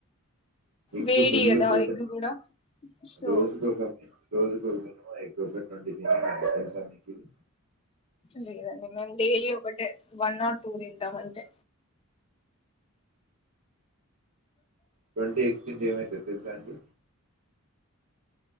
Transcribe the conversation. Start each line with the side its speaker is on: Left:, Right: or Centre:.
Right: ఎగ్గు
Left: వేడి
Right: ఫుల్లు
Left: కదా
Right: ప్రొటీన్
Left: ఎగ్ కూడా సో
Right: రోజుకొక రోజుకొక మే <unintelligible> ఒక ట్వంటీ తినేవాన్నిశతెలుసా మీకు కిను
Left: లేదండి మేము డైలీ ఒకటే వన్ ర్ టూ దింటాం అంతే
Right: ట్వంటీ ఎగ్స్ ఇంటే ఏమైతది తెలసా అండి